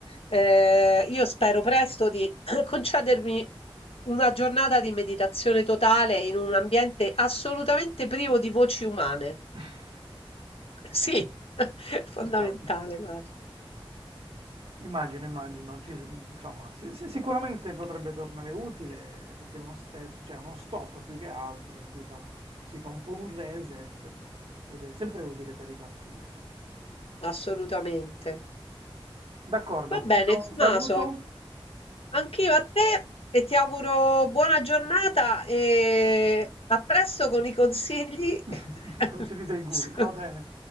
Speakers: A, on the left; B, on the right.
A: ehm, io spero presto di <clears throat> concedermi una giornata di meditazione totale in un ambiente assolutamente privo di voci umane.
B: <laughs>
A: Sì, <laughs> fondamentale,
B: Ci sta.
A: guarda,
B: Immagino, immagino, ci s- insomma, si- si- sicuramente potrebbe tornare utile perché è uno step, cioè uno stop più che altro in cui fa un- si fa un po' un reset ed è sempre utile per ripartire.
A: assolutamente.
B: D'accordo,
A: Va
B: ti
A: bene,
B: do
A: Tommaso,
B: un saluto.
A: anch'io a te e ti auguro buona giornata e a presto con i consigli.
B: <laughs>
A: <laughs>
B: Consigli del guru,
A: su-
B: va bene.